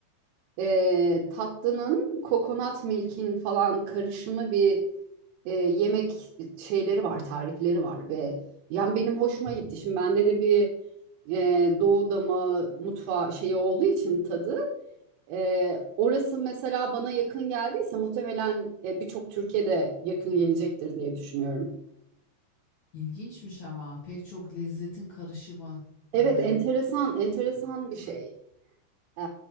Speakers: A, on the right; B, on the left.
A: e, tatlının kokonat milkin falan karışımı bir e, yemek şeyleri var, tarifleri var ve yani benim hoşuma gitti. Şimdi bende de bir e, Doğu dama mutfağı şeyi olduğu için tadı e, orası mesela bana yakın geldiyse muhtemelen e, birçok Türkiye'de yakın gelecektir diye düşünüyorum.
B: İlginçmiş ama pek çok lezzetin karışımı
A: Evet,
B: hani.
A: enteresan, enteresan bir şey. E,